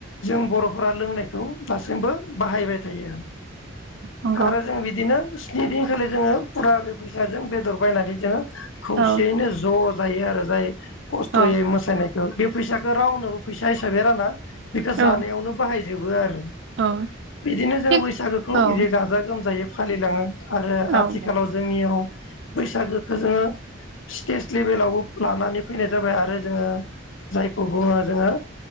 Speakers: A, on the left; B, on the right.
A: जों बर'फोरा लोंनायखौ दासिमबो बाहायबाय थायो आरो
B: नंगौ
A: आरो जों बिदिनो स्नि दिनखालि जोङो फुरा बे फैसाजों बेदर बायनानै जोङो खौसेयैनो
B: औ
A: ज' जायो आरो जाय खस्थ'यै
B: औ
A: मोसानायखौ बे फैसाखौ रावनोबो फैसा हिसाबै राना बेखौ
B: औ
A: जानायावनो बाहायो जोबो आरो
B: औ।
A: बिदिनो जों
B: थिग
A: बैसागोखौ
B: औ
A: बिदि
B: औ
A: गाजा गोमजायै फालिलाङो आरो
B: नंगौ
A: आथिखालाव
B: औ
A: जों जोंनियाव बैसागोखौ जोङो स्टेट लेभेलावबो लानानै फैनाय जाबाय आरो जोङो जायखौ बुङो जोङो